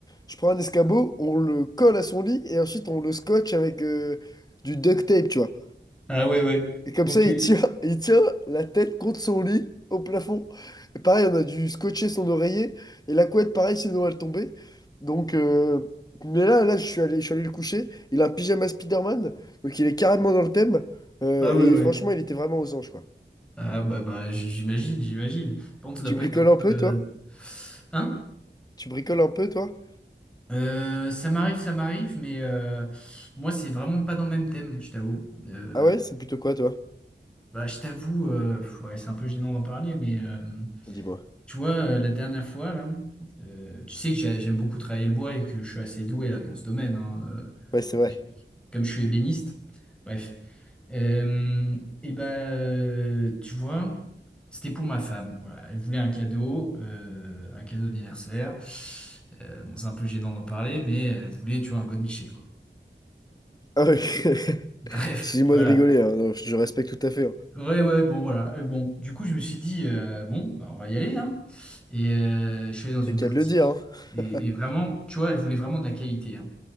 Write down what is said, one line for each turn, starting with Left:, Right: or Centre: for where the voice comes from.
Left: Je prends un escabeau, on le colle à son lit et ensuite on le scotche avec euh, du duct tape, tu vois.
Centre: Ah ouais, ouais.
Left: Et comme
Centre: Ok.
Left: ça, il tient, <laughs> il tient la tête contre son lit au plafond. Et pareil, on a dû scotcher son oreiller. Et la couette, pareil, sinon elle tombait. Donc, euh, mais là, là, je suis allé, je suis allé le coucher. Il a un pyjama Spider-Man. Donc, il est carrément dans le thème. Euh,
Centre: Ah ouais,
Left: et
Centre: ouais.
Left: franchement, il était vraiment aux anges, quoi.
Centre: Ah bah, bah j- j'imagine, j'imagine. Par contre, ça doit
Left: Tu
Centre: pas
Left: bricoles
Centre: être un
Left: un peu,
Centre: peu... euh,
Left: toi?
Centre: Hein?
Left: Tu bricoles un peu, toi?
Centre: Euh, ça m'arrive, ça m'arrive, mais euh, moi, c'est vraiment pas dans le même thème, je t'avoue. Euh,
Left: Ah ouais, c'est plutôt quoi, toi?
Centre: bah, je t'avoue, euh, ouais, c'est un peu gênant d'en parler, mais... euh,
Left: Dis-moi.
Centre: Tu vois, euh, la dernière fois, là, euh, tu sais que j'ai- j'aime beaucoup travailler le bois et que je suis assez doué là dans ce domaine, hein, euh,
Left: Ouais, c'est vrai.
Centre: mais comme je suis ébéniste. Bref. Euh, et ben, euh, tu vois, c'était pour ma femme. Voilà, elle voulait un cadeau, euh, un cadeau d'anniversaire. Euh, bon, c'est un peu gênant d'en parler, mais elle voulait, tu vois, un godemiché, quoi.
Left: Ah ouais. <laughs>
Centre: <laughs> Bref,
Left: Excusez-moi
Centre: voilà.
Left: de rigoler, hein. Non, je je respecte tout à fait. hein.
Centre: Ouais, ouais, bon, voilà. Euh, bon, du coup, je me suis dit, euh, bon, bah, on va y aller, hein. Et euh, je suis allé dans une
Left: J'ai qu'à
Centre: boutique.
Left: le dire, hein.
Centre: Et,
Left: <laughs>
Centre: et vraiment, tu vois, elle voulait vraiment de la qualité, hein.